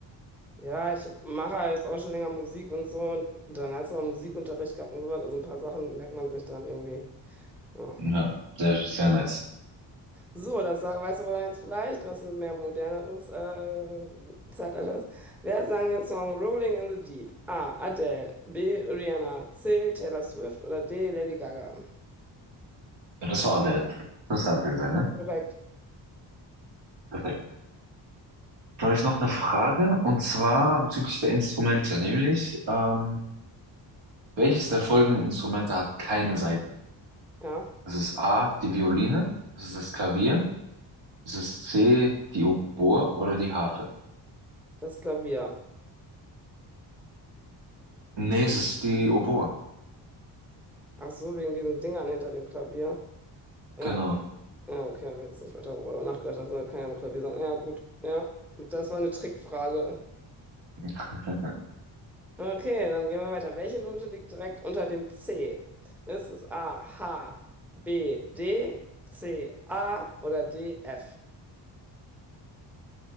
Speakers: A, in the centre; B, on the right.
A: Ja, ich mache jetzt auch schon länger Musik und so. Und dann hast du auch Musikunterricht gehabt und so was. Also ein paar Sachen merkt man sich dann irgendwie. Ja.
B: Ja, sehr, sehr nice.
A: So, das sag- weißt aber dann jetzt vielleicht, was ein mehr moderneres äh, Zeitalter ist. Wer sang den Song Rolling in the Deep? A. Adele, B. Rihanna, C. Taylor Swift oder D. Lady Gaga?
B: Ja, Das war Adele. Das müsste Adele sein, ne?
A: Korrekt,
B: Perfekt. Dann habe ich noch eine Frage, und zwar bezüglich der Instrumente, nämlich, ähm, welches der folgenden Instrumente hat keine Saiten?
A: ja,
B: Das ist A, die Violine, das ist das Klavier, Ist es C, die Oboe oder die Harfe?
A: das Klavier.
B: Nee, es ist die Oboe.
A: Ach so, wegen diesen Dingern hinter dem Klavier. Ja,
B: Genau.
A: ja, okay, habe jetzt nicht weiter darüber nachgedacht, das kann ja nur Klavier sein. Ja, gut, ja, das war eine Trickfrage.
B: <laughs>
A: Okay, dann gehen wir weiter. Welche Note liegt direkt unter dem C? Ist es A, H, B, D, C, A oder D, F?